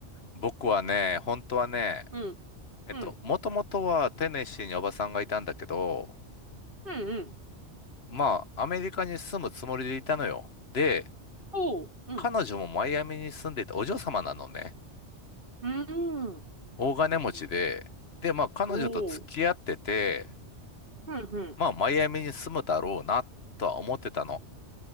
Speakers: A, on the left (about 60°); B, on the right (about 50°).
A: 僕はね、本当はね、
B: うん。
A: えっと、
B: うん。
A: もともとはテネシーにおばさんがいたんだけど、
B: うんうん。
A: まあ、アメリカに住むつもりでいたのよ。で、
B: おう。うん。
A: 彼女もマイアミに住んでて、お嬢様なのね。
B: うん。うん
A: 大金持ちで、
B: うんうん
A: で、まあ、彼女と付き合ってて、
B: おう。うんうん。
A: まあ、マイアミに住むだろうな、とは思ってたの。